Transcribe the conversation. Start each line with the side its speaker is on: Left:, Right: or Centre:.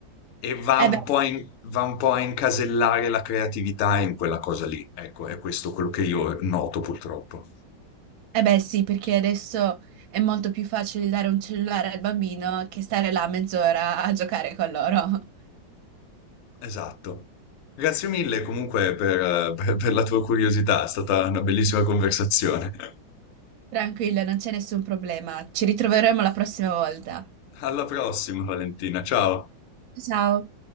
Left: E
Right: <laughs>
Left: va
Right: Eh
Left: un
Right: beh,
Left: po' a in- va un po' a incasellare la creatività in quella cosa lì. Ecco, è questo quello che io noto purtroppo.
Right: Eh beh sì, perché adesso è molto più facile dare un cellulare al bambino che stare là mezz'ora a giocare con loro. <laughs>
Left: Esatto. Grazie mille comunque per, eh, per per la tua curiosità, è stata una bellissima conversazione. <laughs>
Right: Tranquilla, non c'è nessun problema. Ci ritroveremo la prossima volta.
Left: Alla prossima, Valentina. Ciao.
Right: Ciao.